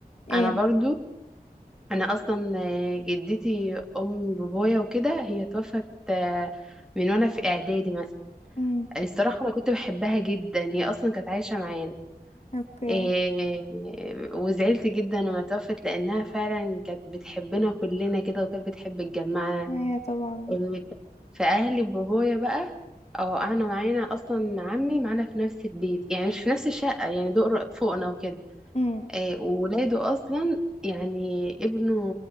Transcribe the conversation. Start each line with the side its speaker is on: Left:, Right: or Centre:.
Left: ايه
Centre: انا برضو انا اصلا آه، جدتي ام بابايا وكده هي توفت آه، من وانا في اعدادي مثلا
Left: امم
Centre: الصراحة أنا كنت بحبها جدا هي أصلا كانت عايشة معانا
Left: اوكي
Centre: إيه وزعلت جدا لما توفت لأنها فعلا كانت بتحبنا كلنا كده وكانت بتحب تجمعنا
Left: ايوه طبعا
Centre: إيه، فأهلي بابايا بقى اه قعدنا معانا أصلا عمي معانا في نفس البيت يعني مش في نفس الشقة يعني دور فوقنا وكده
Left: امم
Centre: إيه وولاده أصلا يعني ابنه